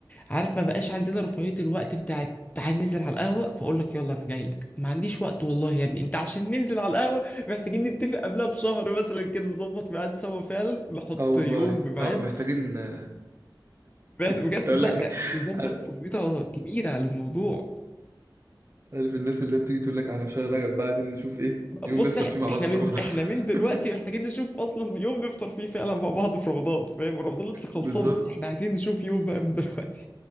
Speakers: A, on the left; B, on the right.
A: عارف ما بقاش عندنا رفاهية الوقت بتاعت تعال ننزل على القهوة فأقول لك يلا أنا جاي لك ما عنديش وقت والله يا ابني أنت عشان ننزل على القهوة محتاجين نتفق قبلها بشهر مثلا كده نظبط ميعاد سوا فعلا نحط
B: اه والله
A: يوم بميعاد
B: اه محتاجين آه.
A: بجد
B: <laughs> تقول
A: لا
B: لك
A: نظبط
B: عار-
A: تظبيطة كبيرة للموضوع
B: عارف الناس اللي بتيجي تقول لك احنا في شهر رجب بقى عايزين نشوف ايه
A: بص
B: يوم نفطر
A: إح-
B: فيه مع
A: احنا
B: بعض في
A: من
B: رمضان
A: احنا من دلوقتي
B: <laughs>
A: محتاجين نشوف اصلا يوم نفطر فيه فعلا مع بعض في رمضان فاهم رمضان لسه خلصان
B: بالظبط
A: بس احنا عايزين نشوف يوم بقى من دلوقتي